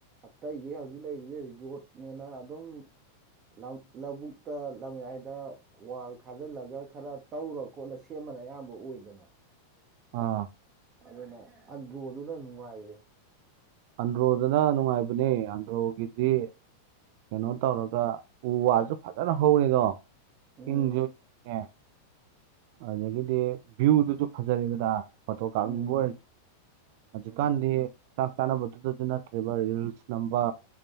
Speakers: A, on the right; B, on the right.
A: ꯑꯇꯩꯗꯤ ꯍꯧꯖꯤꯛ ꯂꯩꯔꯤꯖꯤ ꯔꯤꯖꯣꯔꯠꯅꯦꯅ ꯑꯗꯨꯝ ꯂꯧ ꯂꯧꯕꯨꯛꯇ ꯂꯝꯌꯥꯏꯗ ꯋꯥꯜ ꯈꯥꯖꯜꯂꯒ ꯈꯔ ꯇꯧꯔ ꯈꯣꯠꯂ ꯁꯦꯝꯕꯅ ꯑꯌꯥꯝꯕ ꯑꯣꯏꯗꯅ
B: ꯑꯥ
A: ꯑꯗꯨꯅ ꯑꯟꯗ꯭ꯔꯣꯗꯨꯅ ꯅꯨꯡꯉꯥꯏꯌꯦ
B: ꯑꯟꯗ꯭ꯔꯣꯗꯅ ꯅꯨꯡꯉꯥꯏꯕꯅꯦ ꯑꯟꯗ꯭ꯔꯣꯒꯤꯗꯤ ꯀꯩꯅꯣ ꯇꯧꯔꯒ ꯎ ꯋꯥꯖꯨ ꯐꯖꯅ ꯍꯧꯔꯦꯗꯣ
A: ꯎꯝ
B: ꯏꯪꯖꯨ ꯏꯪꯉꯦ ꯑꯗꯒꯤꯗꯤ ꯚ꯭ꯌꯨꯗꯨꯖꯨ ꯐꯖꯔꯦꯗꯅ ꯐꯣꯇꯣ ꯀꯥꯞꯅꯤꯡꯕ
A: ꯎꯝ
B: ꯑꯣꯏꯔ ꯍꯧꯖꯤꯛꯀꯥꯟꯗꯤ
A: ꯎꯝ
B: ꯀꯥꯟꯅꯕꯗꯨꯗꯖꯨ ꯅꯠꯇ꯭ꯔꯦꯕ ꯔꯤꯜꯁ ꯅꯝꯕ